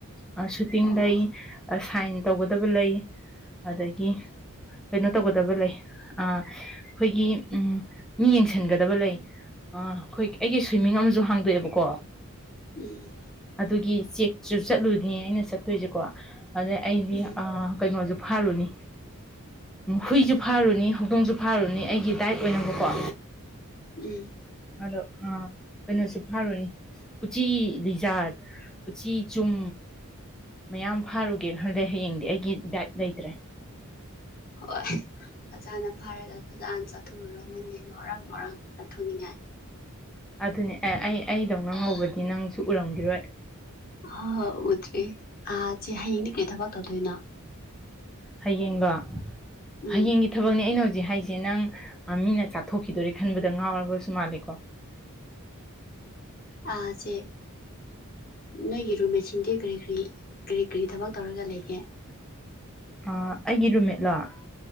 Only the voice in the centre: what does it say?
ꯑꯥ ꯁꯨꯇꯤꯡ
ꯂꯩ
ꯑꯁ ꯁꯥꯏꯟ ꯇꯧꯒꯗꯕ ꯂꯩ ꯑꯗꯒꯤ ꯀꯩꯅꯣ ꯇꯧꯒꯗꯕ ꯂꯩ ꯑꯥ ꯑꯩꯈꯣꯏꯒꯤ ꯎ ꯃꯤ ꯌꯦꯡꯁꯤꯟꯒꯗꯕ ꯂꯩ ꯑꯥ ꯑꯩꯈꯣꯏ ꯑꯩꯒꯤ ꯁ꯭ꯋꯤꯃꯤꯡ ꯑꯃꯁꯨ ꯍꯥꯡꯗꯣꯛꯑꯦꯕꯀꯣ
ꯑꯗꯨꯒꯤ ꯆꯦꯛꯁꯨ ꯆꯠꯂꯨꯅꯤ ꯑꯩꯅ ꯆꯠꯇꯣꯏꯁꯦꯀꯣ ꯑꯗ ꯑꯩꯗꯤ
ꯑꯥ ꯀꯩꯅꯣꯁꯨ ꯐꯥꯔꯨꯅꯤ ꯍꯨꯏꯁꯨ ꯐꯥꯔꯨꯅꯤ ꯍꯧꯗꯣꯡꯁꯨ ꯐꯥꯔꯨꯅꯤ ꯑꯩꯒꯤ ꯗꯥꯏꯠ ꯑꯣꯏꯅꯕꯀꯣ
ꯑꯗꯣ ꯀꯩꯅꯣꯁꯨ ꯐꯥꯔꯨꯅꯤ ꯎꯆꯤ ꯂꯤꯖꯥꯔꯗ ꯎꯆꯤ ꯆꯨꯝ ꯃꯌꯥꯝ ꯐꯥꯔꯨꯒꯦ ꯈꯟꯗꯦ ꯍꯌꯦꯡꯗꯤ ꯑꯩꯒꯤ ꯗꯥꯏꯠ ꯂꯩꯇ꯭ꯔꯦ
ꯑꯗꯨꯅꯦ ꯑꯦ ꯑꯩ ꯑꯩꯗꯧꯅ ꯉꯧꯕꯗꯤ ꯅꯪꯁꯨ ꯎꯔꯝꯒꯤꯔꯣꯏ
ꯍꯌꯦꯡꯂꯣ
ꯍꯌꯦꯡꯒꯤ ꯊꯕꯛꯅꯦ ꯑꯩꯅ ꯍꯧꯖꯤꯛ ꯍꯧꯖꯤꯛ ꯍꯥꯏꯁꯦ ꯅꯪ ꯃꯤꯅ ꯆꯥꯊꯣꯛꯈꯤꯗꯣꯔꯦ ꯈꯟꯕꯗ ꯉꯥꯎꯔꯕꯁꯨ ꯃꯥꯜꯂꯦꯀꯣ
ꯑ ꯑꯩꯒꯤ ꯔꯨꯝꯃꯦꯠꯂꯣ ꯑ